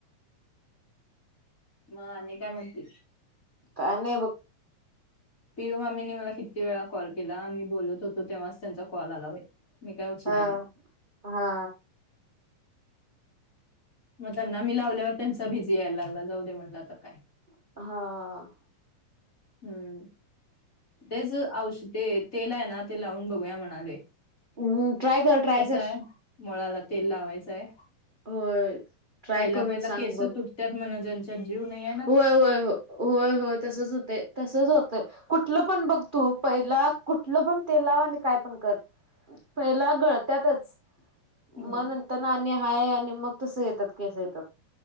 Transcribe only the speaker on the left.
मग आणि काय म्हण्री
पियू मामीनी मला किती वेळा कॉल केला मी बोलत होतो तेव्हाच त्यांचा कॉल आला बाई मी काय उचलाय
नाही
मग त्यांना मी लावल्यावर त्यांचा बीझी यायला लागला जाऊ दे म्हणला अता काय
हम्म तेच औष ते तेल आहे ना ते लावून बघूया म्हणालोय
कसाय
मुळाला तेल लावायचाय
पहिला
पहिला
केस
तुटत्यात म्हण ज्यांच्यात जीव नाहीयाय
हम्म.